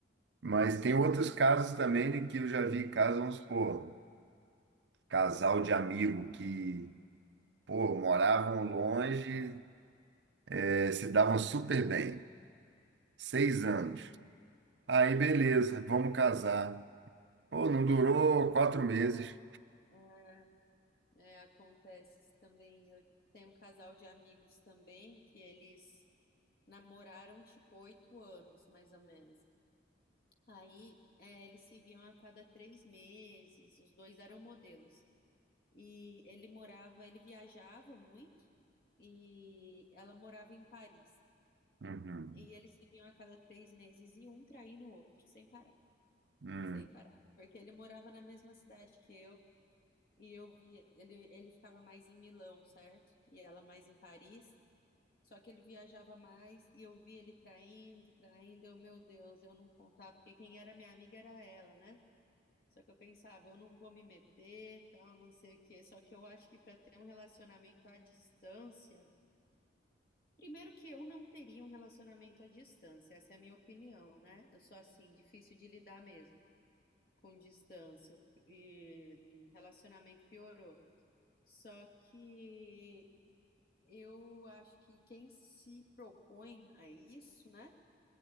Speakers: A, on the right; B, on the left.
A: Mas tem outros casos também de que eu já vi casos, vamos supor, casal de amigo que, pô, moravam longe, eh, se davam super bem, seis anos. Aí, beleza, vamos casar. Pô, não durou quatro meses.
B: é, é, acontece também. Eu tenho um casal de amigos também que eles namoraram tipo oito anos, mais ou menos. Aí, é, eles se viam a cada três meses, os dois eram modelos. E ele morava, ele viajava muito, e ela morava em Paris.
A: Uhum.
B: E eles se viam a cada três meses, e um traindo o outro, sem parar,
A: Hum.
B: sem parar. Porque ele morava na mesma cidade que eu, e eu via, ele, ele ficava mais em Milão, certo? E ela mais em Paris. Só que ele viajava mais e eu via ele traindo, traindo. Eu, meu Deus, eu não contava, porque quem era minha amiga era ela, né? Só que eu pensava, eu não vou me meter, tal, não sei o quê. Só que eu acho que para ter um relacionamento à distância, primeiro que eu não teria um relacionamento à distância, essa é a minha opinião, né? Eu sou assim, difícil de lidar mesmo com distância e hum, relacionamento piorou. Só que eu acho que quem se propõe a isso, né?